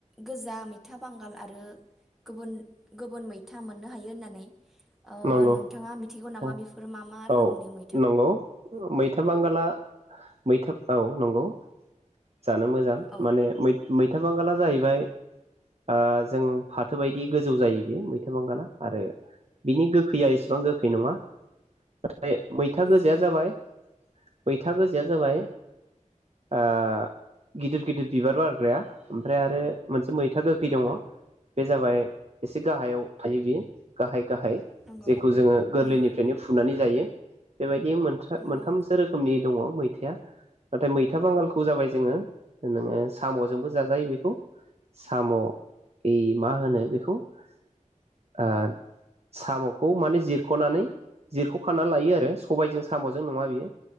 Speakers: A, in the centre; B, on the right.
A: गोजा मैथा बांगाल आरो गुबुन गुबुन मैथा मोननो हायो होननानै ओ
B: नंगौ
A: नोंथाङा मिथिगौ नामा
B: औ
A: बेफोर मा मा रोखोमनि
B: औ
A: मै
B: नंगौ मैथा बांगाला मैथा औ नंगौ जानो मोजां
A: औ
B: माने मै मै मैथा बांगाला जाहैबाय ओ जों फाथो बायदि गोजौ जायो बेयो मैथा बांगाला आरो बिनि गोखैया एसेबां गोखै नङा बे मैथा
A: नंगौ
B: गोजाया जाबाय मैथा गोजाया जाबाय ओ गिदिर गिदिर बिबार बारग्राया ओमफ्राय आरो मोनसे मैथा गोखै दङ बे जाबाय एसे गाहायाव थायो बेयो गाहाय गाहाय
A: नंगौ
B: जेखौ जोङो गोरलैनिफ्रायनो
A: नंगौ
B: फुनानै जायो बेबायदि मोन
A: नंगौ
B: मोनथामसो रोखोमनि दङ मैथाया नाथाय मैथा बांगालखौ जाबाय जोङो नोङो साम'जोंबो जाजायो बेखौ साम' बे मा होनो बेखौ ओ साम'खौ माने जिर ख'नानै जिरख' खानानै लायो आरो सबायजों साम'जों नङा बियो